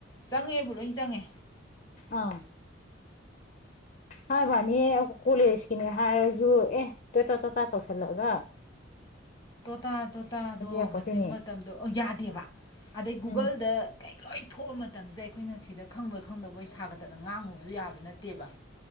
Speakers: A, on the left; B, on the left.
A: ꯆꯪꯉꯦꯕꯨ ꯂꯣꯏ ꯆꯪꯉꯦ
B: ꯑꯥ ꯍꯥꯏꯕꯩꯋꯥꯅꯤ ꯀꯣꯂꯦꯖꯀꯤꯅꯦ ꯍꯥꯏꯔꯁꯨ ꯑꯦ ꯇꯣꯇꯥ ꯇꯣꯇꯥ ꯇꯧꯁꯜꯂꯒ
A: ꯇꯣꯇꯥ ꯇꯣꯇꯥꯗꯣ
B: ꯌꯥꯄꯣꯠꯇꯦꯅꯦ
A: ꯍꯧꯖꯤꯛ ꯃꯇꯝꯗꯣ ꯌꯥꯗꯦꯕ ꯑꯗꯩ ꯒꯨꯒꯜꯗ
B: ꯎꯝ
A: ꯀꯩ ꯂꯣꯏ ꯊꯣꯛꯑ ꯃꯇꯝꯁꯤꯗ ꯑꯩꯈꯣꯏꯅ ꯁꯤꯗ ꯈꯪꯕꯣꯏ ꯈꯪꯗꯕꯣꯏ ꯁꯥꯒꯠꯇꯅ ꯉꯥꯡꯉꯨꯕ ꯁꯨ ꯌꯥꯕ ꯅꯠꯇꯦꯕ